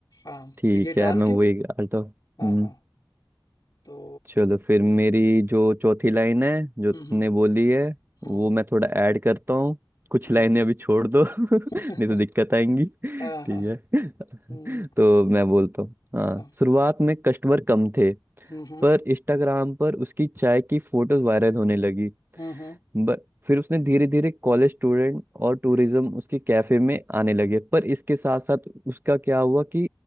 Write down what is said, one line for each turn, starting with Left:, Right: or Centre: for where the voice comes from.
Left: हाँ
Right: ठीक
Left: तो ये
Right: है
Left: डाल
Right: मैं वही
Left: के
Right: गा तो हम्म
Left: हाँ हाँ तो
Right: चलो फिर मेरी जो चौथी लाइन है जो
Left: हम्म
Right: तुमने
Left: हम्म
Right: बोली है
Left: हम्म
Right: वो मैं थोड़ा ऐड करता हूँ कुछ
Left: हम्म,
Right: लाइनें अभी छोड़ दो <laughs> नहीं
Left: <laughs>
Right: तो दिक्कत आएंगी ठीक
Left: हाँ हाँ
Right: है
Left: हम्म
Right: <laughs> तो मैं बोलता हूँ हाँ
Left: हाँ
Right: शुरुआत में कस्टमर कम थे
Left: हम्म हम्म
Right: पर इंस्टाग्राम पर उसकी चाय की फोटोज वायरल होने लगी
Left: हम्म, हम्म,
Right: बट फिर उसने धीरे धीरे कॉलेज स्टूडेंट और टूरिज्म उसके कैफे में आने लगे पर इसके साथ साथ उसका क्या हुआ कि